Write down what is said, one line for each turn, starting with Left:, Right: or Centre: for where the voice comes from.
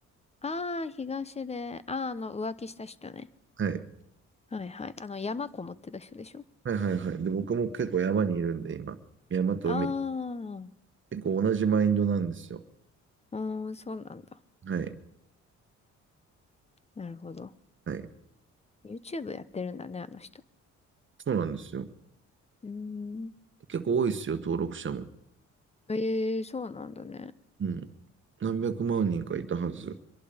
Left: ああ、東で、ああ、あの、浮気した人ね。
Right: はい。
Left: はいはい。あの、山こもってた人でしょ
Right: はいはいはい。で、僕も結構山にいるんで、今。山と海。
Left: ああ、
Right: 結構同じマインドなんですよ。
Left: うーん、そうなんだ。
Right: はい。
Left: なるほど。
Right: はい。
Left: YouTube やってるんだね、あの人。
Right: そうなんですよ。
Left: うーん。
Right: 結構多いですよ、登録者も。
Left: ええそうなんだね。
Right: うん。何百万人かいたはず。